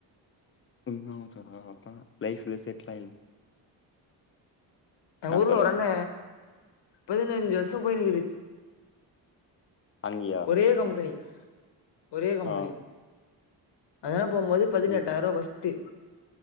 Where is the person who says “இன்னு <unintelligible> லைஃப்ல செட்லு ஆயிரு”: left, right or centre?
Left